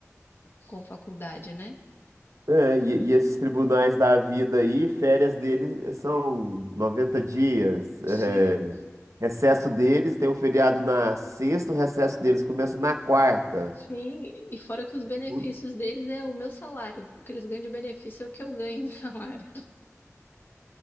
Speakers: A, on the left; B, on the right.
A: com faculdade, né?
B: é, e, e esses tribunais da vida aí, férias deles eh, são 90 dias. é,
A: Sim,
B: recesso deles tem um feriado na sexta, o recesso deles começa na quarta.
A: sim. E fora que os benefícios
B: Então,
A: deles é o meu salário. O que eles ganham de benefício é o que eu ganho de salário. <laughs>